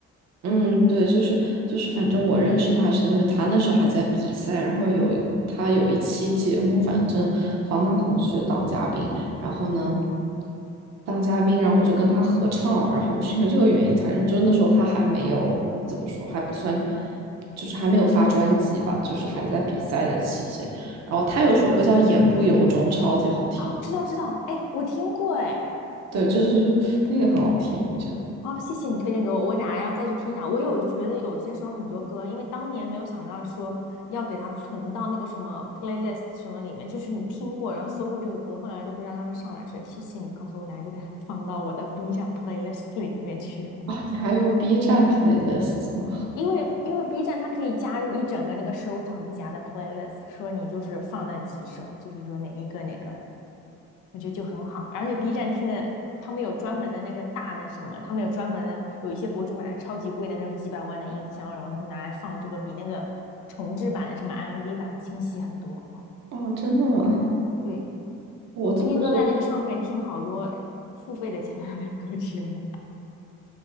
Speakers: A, on the right; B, on the left.
A: 嗯，对，就是就是，反正我认识他是因为他那时候还在比赛，然后有他有一期节目，反正方大同去当嘉宾，然后呢当嘉宾，然后就跟他合唱了，然后我是因为这个原因才认，就是那时候他还没有怎么说，还不算，就是还没有发专辑吧，就是还在比赛的期间，然后他有首歌叫《言不由衷》，超级好听，
B: 啊，我知道知道，哎，我听过哎，
A: 对，就是那个很好听，我觉得。
B: 哦，谢谢你推荐给我，我等下要再去听一下。我有觉得有些时候很多歌，因为当年没有想到说要给它存到那个什么 playlist 什么里面，就是你听过，然后搜过这个歌，后来都不知道他们上来谁。谢谢你告诉我，等下就给它放到我的 B 站 playlist 里面去。
A: 哦，你还有 B 站 playlist 吗？
B: 因为因为 B 站它可以加入一整个那个收藏夹的 playlist，说你就是放那几首，就是说哪一个哪个，我觉得就很好。而且 B 站听的，他们有专门的那个大的什么，他们有专门的，有一些博主买的超级贵的那种几百万的音箱，然后他们拿来放这个，比那个重制版的什么 MV 版的清晰很多。
A: 哦，真的吗？
B: 对，
A: 我都不知道，
B: 我最近都在那个上面听好多付费的前男友歌曲了